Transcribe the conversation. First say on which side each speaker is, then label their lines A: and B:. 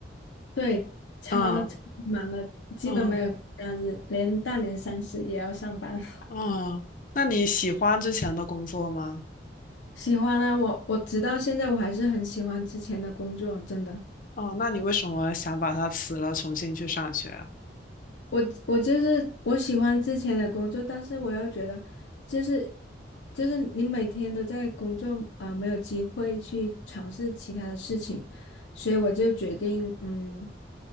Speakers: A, on the left (about 85°); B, on the left (about 45°).
A: 对，超超忙的，
B: 嗯
A: 基本没有节假日，
B: 嗯
A: 连大年三十也要上班。<laughs>
B: 嗯，那你喜欢之前的工作吗？
A: 喜欢啊，我我直到现在我还是很喜欢之前的工作，真的。
B: 哦，那你为什么想把它辞了，重新去上学啊
A: 我我就是我喜欢之前的工作，但是我又觉得，就是就是你每天都在工作，啊，没有机会去尝试其他的事情，所以我就决定，嗯，